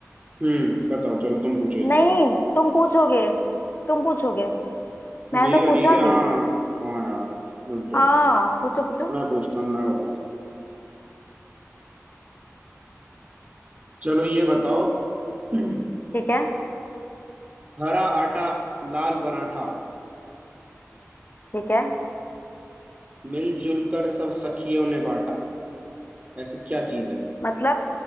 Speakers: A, on the right; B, on the left.
A: हम्म बताओ चलो तुम पूछो इस
B: नहीं
A: बार
B: तुम पूछोगे तुम पूछोगे मैंने
A: मेरी
B: तो
A: बारी
B: पूछा
A: है क्या
B: अभी
A: हाँ हाँ यार रुक जाओ
B: हाँ पूछो पूछो
A: मैं पूछता हूँ मैं बताता हूँ चलो ये बताओ <clears throat>
B: ठीक है
A: हरा आटा लाल पराठा
B: ठीक है
A: मिलजुल कर सब सखियों ने बांटा ऐसी क्या चीज है
B: मतलब